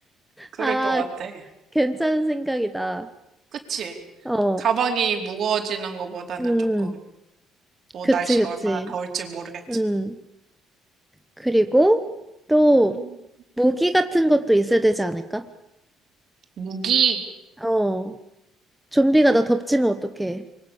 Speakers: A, on the right; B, in the centre.
A: 그럴
B: 아,
A: 것 같아.
B: 괜찮은 생각이다.
A: 그치?
B: 어.
A: 가방이 무거워지는 것보다는
B: 음,
A: 조금 뭐
B: 그치,
A: 날씨가
B: 그치.
A: 얼마나 더울지 모르겠지.
B: 음. 그리고 또
A: 음,
B: 무기 같은 것도 있어야 되지 않을까?
A: 무기?
B: 어. 좀비가
A: 어,
B: 나 덮치면 어떡해.